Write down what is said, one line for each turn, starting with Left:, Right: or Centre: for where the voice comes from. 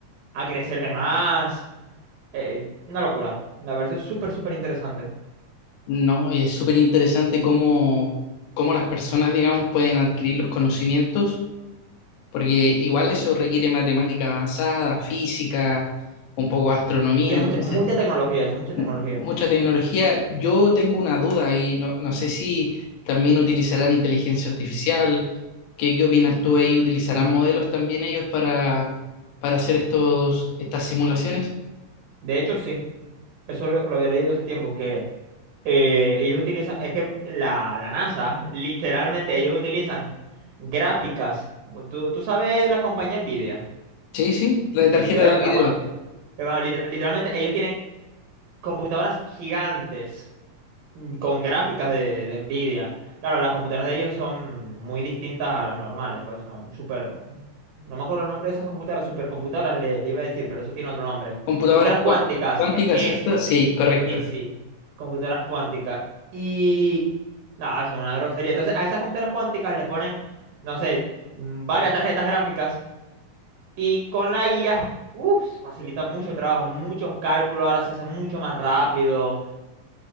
Right: a crecer de más, eh, una locura, me pareció súper, súper interesante.
Left: no, y es súper interesante cómo, cómo las personas, digamos, pueden adquirir los conocimientos porque igual eso requiere matemática avanzada, física, un poco de astronomía,
Right: Tiene
Left: entonces
Right: mucha, mucha tecnología, eso, mucha tecnología.
Left: mu- mucha tecnología. Yo tengo una duda y no, no sé si también utilizarán inteligencia artificial. ¿Qué, qué opinas tú ahí? ¿Utilizarán modelos también ellos para, para hacer estos, estas simulaciones?
Right: De hecho, sí, eso lo, lo había leído hace tiempo, que eh, ellos utilizan, es que la, la NASA, literalmente, ellos utilizan gráficas. ¿Tú, tú sabes la compañía Nvidia
Left: Sí, sí, la de tarjeta
Right: de gráfica?
Left: de video,
Right: Bueno, eh, bueno, liter- literalmente ellos tienen computadoras gigantes mm, con gráficas de, de Nvidia. Claro, las computadoras de ellos son muy distintas a las normales, pues son súper... No me acuerdo el nombre de esas computadoras, supercomputadoras le, le iba a decir, pero eso tiene otro nombre.
Left: computadoras
Right: Computadoras cuánticas,
Left: cua- cuánticas,
Right: e- eso.
Left: ¿cierto? Sí, correcto.
Right: Sí, sí, computadoras cuánticas. Y... No, eso es una grosería. Entonces, a esas computadoras cuánticas le ponen, no sé, mm, varias tarjetas gráficas y con la IA, uff, facilita mucho el trabajo, muchos cálculos, ahora se hace mucho más rápido.